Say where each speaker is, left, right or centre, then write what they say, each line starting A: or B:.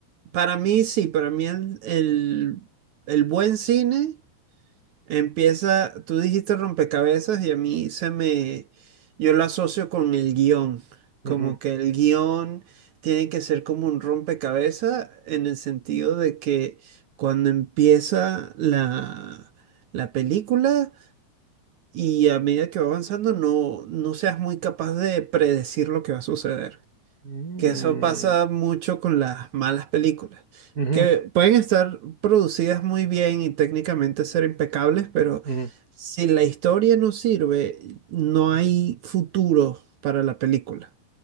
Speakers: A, on the right (about 65°); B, on the right (about 35°).
A: para mí sí, para mí el, el, el buen cine Empieza, tú dijiste rompecabezas y a mí se me, yo lo asocio con el guión,
B: Ujú.
A: como que el guión tiene que ser como un rompecabezas en el sentido de que cuando empieza la, la película y a medida que va avanzando no, no seas muy capaz de predecir lo que va a suceder
B: Mm,
A: que eso pasa mucho con las malas películas,
B: ujú,
A: que pueden estar producidas muy bien y técnicamente ser impecables, pero
B: ujú.
A: si la historia no sirve, no hay futuro para la película.